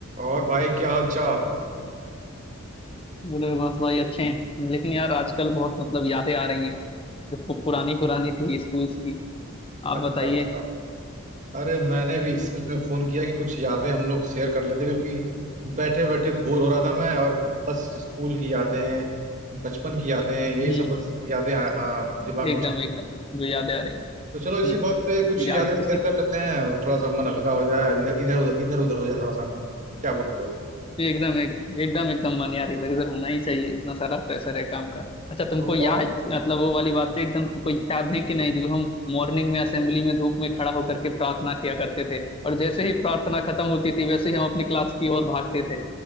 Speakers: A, on the right; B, on the left.
A: और भाई क्या हाल चाल
B: अरे बस भाई अच्छे हैं लेकिन यार आजकल बहुत मतलब यादें आ रही हैं जो पु- पुरानी पुरानी थी स्कूल्स की आप
A: अच्छा
B: बताइए
A: अच्छा अरे मैंने भी इससे तुम्हें फोन किया कि कुछ यादें हम लोग शेयर कर लेते क्योंकि बैठे बैठे बोर हो रहा था मैं और बस स्कूल की यादें बचपन की यादें यही
B: हम्म
A: सब बस यादें आ, आ, दिमाग
B: हम्म एकदम
A: में चल
B: एकदम जो यादें आ रही हैं
A: तो चलो इसी
B: हम्म
A: बात पे कुछ
B: तो याद
A: यादें शेयर
B: उसी
A: कर लेते हैं और थोड़ा सा मन हल्का हो जाए इधर इधर इधर उधर हो जाए थोड़ा सा मन क्या बोलते हो
B: एकदम एक, एकदम एकदम मन यार इधर उधर होना ही चाहिए इतना सारा प्रेशर है काम का अच्छा तुमको
A: तो बताओ
B: याद मतलब वो वाली बातें एकदम तुमको याद है कि नहीं जो हम मॉर्निंग में असेंबली में धूप में खड़ा होकर के प्रार्थना किया करते थे और जैसे ही प्रार्थना खत्म होती थी वैसे ही हम अपनी क्लास की ओर भागते थे